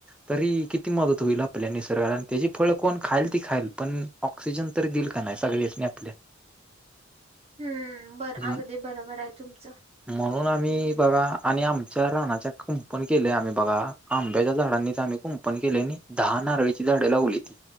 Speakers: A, in the centre; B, on the right.
A: तरी किती मदत होईल आपल्या निसर्गाला आणि त्याची फळ कोण खाईल ती खाईल पण ऑक्सिजन तरी देईल का नाही सगळेच मी आपल्या
B: हम्म बर
A: ह
B: अगदी बरोबर आहे तुमचं
A: म्हणून आम्ही बघा आणि आमच्या रानाच्या कुंपण केले आम्ही बघा आंब्याच्या झाडांनी तर आम्ही कुंपन केलेने दहा नारळीची झाडे लावली ती